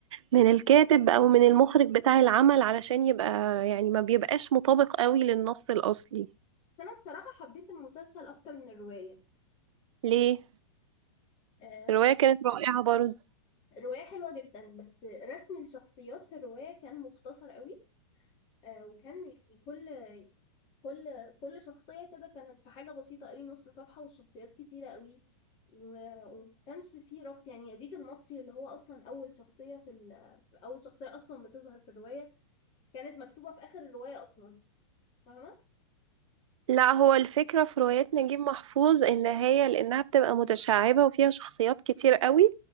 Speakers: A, on the right (about 75°); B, on the left (about 35°).
A: من الكاتب أو من المخرج بتاع العمل علشان يبقى يعني ما بيبقاش مطابق قوي للنص الأصلي
B: بس انا بصراحة حبيت المسلسل اكتر من الرواية
A: ليه؟
B: آه
A: الرواية كانت رائعة برضه
B: الرواية حلوة جدا بس رسم الشخصيات في الرواية كان مختصر قوي آه وكان يعني كل كل كل شخصية كده كانت في حاجة بسيطة قوي نص صفحة والشخصيات كتيرة قوي و- وما كانش فيه ربط يعني يزيد المصري اللي هو اصلا اول شخصية في, ال... في اول شخصية اصلا بتظهر في الرواية كانت مكتوبة في اخر الرواية اصلا فاهمة
A: لا هو الفكرة في روايات نجيب محفوظ ان هي لانها بتبقى متشعبة وفيها شخصيات كتير قوي